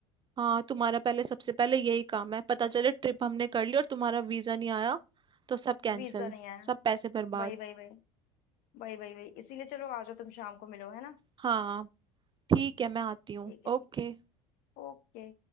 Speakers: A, on the right; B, on the left.
A: हाँ तुम्हारा पहले सबसे पहले यही काम है पता चले ट्रिप हमने कर ली और तुम्हारा वीजा नहीं आया तो सब कैंसिल
B: वीजा नहीं आया
A: सब पैसे बर्बाद
B: वही वही वही वही वही वही इसीलिए चलो आ जाओ तुम शाम को मिलो है ना
A: हाँ ठीक है मैं आती हूँ
B: ठीक है ठीक
A: ओके
B: है ओके